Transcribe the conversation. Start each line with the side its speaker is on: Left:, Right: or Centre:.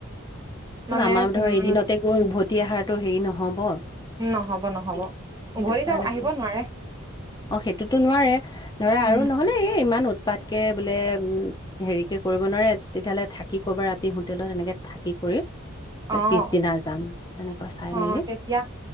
Right: মানে
Left: আমাৰ ধৰ
Right: উম
Left: এদিনতে গৈ উভতি আহাৰটো হেৰি নহ'ব।
Right: নহ'ব নহ'ব
Left: সেইটো সেইটো
Right: উভতি
Left: কাৰণে
Right: যাম আহিব
Left: বোলো
Right: নোৱাৰে।
Left: অ সেইটোতো নোৱাৰে ধৰা
Right: উম
Left: আৰু নহ'লে এই ইমান উৎ- পাতকে বোলে উ হেৰিকে কৰিব নোৱাৰে তেতিয়াহ'লে থাকি ক'বা ৰাতি হোটেলত এনেকে। থাকি কৰি
Right: অ
Left: যে পিছদিনা যাম। এনেকুৱা চাই
Right: অ
Left: মেলি
Right: তেতিয়া